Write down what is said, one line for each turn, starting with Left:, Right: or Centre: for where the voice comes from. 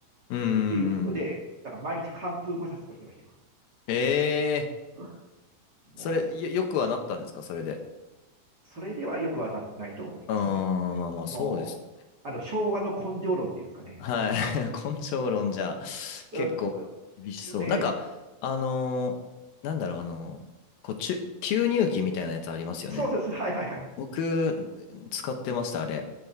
Left: うーん。
Right: ていうことで、だから毎日寒風摩擦とかしてましたよ。
Left: ええ
Right: <laughs> も
Left: ー、それ、よ、よくはなったんですかそれで。
Right: う、それではよくはなってないと思います。
Left: うーん、まあまあ、そうです
Right: もう、あの、昭和の根性論っていうんですかね。
Left: はい。<laughs> 根性論じゃ結構厳しそう。
Right: うんうんねえ、
Left: なんか、あのーなんだろう、あのーこう、注吸入器みたいなやつありますよね。
Right: そうそうそう、はいはいはい。
Left: 僕、使ってました、あれ。